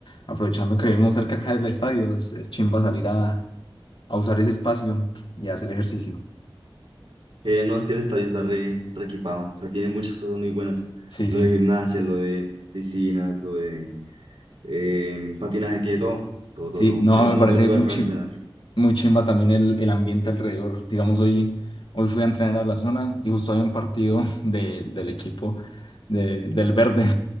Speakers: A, on the left; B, on the right.
A: Aprovechando que vivimos cerca acá del estadio, es, es chimba salir a, a usar ese espacio y hacer ejercicio.
B: Eh, no, es que el estadio está re, re equipado, o sea, tiene muchas cosas muy buenas.
A: Sí,
B: Lo
A: sí,
B: de gimnasia, lo de piscinas, lo de eh, patinaje, tiene todo, todo,
A: sí.
B: todo, todo.
A: No,
B: Es
A: me
B: muy
A: parece
B: buen lugar
A: muy,
B: para
A: chim-
B: entrenar.
A: muy chimba también el, el ambiente alrededor. Digamos, hoy, hoy fui a entrenar a la zona y justo había un partido <laughs> de- del equipo de- del verde.